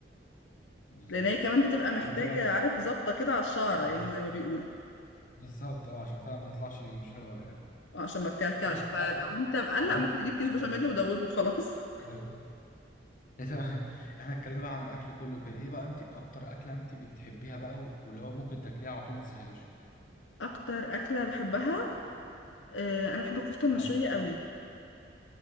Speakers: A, on the left; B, on the left.
A: بالظبط
B: لأن هي كمان بتبقى محتاجة
A: طب انت بقى
B: عارف ظابطة كده على الشعرة يعني
A: اه
B: زي ما بيقولوا
A: بالظبط اه عشان فعلا ما تطلعش مش حلوه ولا حاجه
B: عشان ما تكلكعش
A: طب انت
B: فلو
A: بقى ايه
B: أنت مقلق
A: بما
B: ممكن
A: إن-
B: تجيب كيس
A: احنا
B: بشاميل ودوبه وخلاص <laughs>
A: ايوه إيه ده؟ <laughs> احنا اتكلمنا بقى عن الاكل كله كده ايه بقى انت اكتر اكله انت بتحبيها بقى و- واللي هو ممكن تاكليها على طول ما تزهقيش
B: أكتر أكلة بحبها آه، أنا بحب الكفتة المشوية
A: ايوه
B: قوي